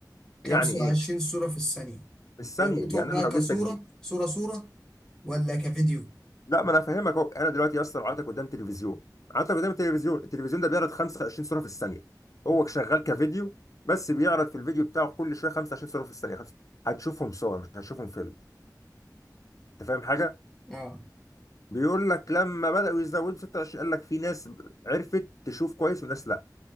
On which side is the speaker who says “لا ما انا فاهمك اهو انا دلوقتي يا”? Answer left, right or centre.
Left